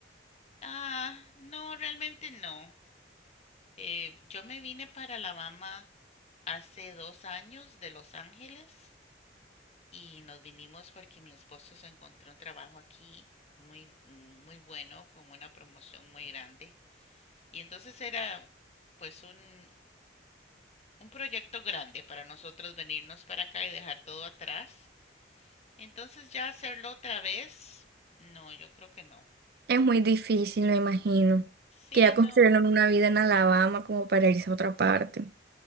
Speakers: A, on the left; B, on the right.
A: Ah, no, realmente no. Eh, yo me vine para Alabama hace dos años de Los Ángeles y nos vinimos porque mi esposo se encontró un trabajo aquí muy muy bueno con una promoción muy grande y entonces era pues un, un proyecto grande para nosotros venirnos para acá y dejar todo atrás Entonces ya hacerlo otra vez, no, yo creo que no.
B: Es muy difícil, me imagino.
A: Sí,
B: Que ya construyeron
A: no.
B: una vida en Alabama como para irse a otra parte.